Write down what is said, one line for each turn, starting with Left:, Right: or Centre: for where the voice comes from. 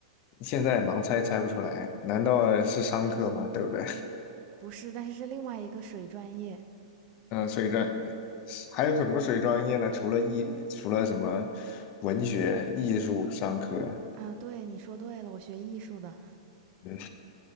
Left: 现在盲猜猜不出来，难道是商科吗？对不对？
Right: 不是，但是是另外一个水专业
Left: <laughs> 嗯，水专还有什么水专业呢？除了艺，除了什么文学、艺术、商科？
Right: 啊。对，你说对了，我学艺术的。
Left: 嗯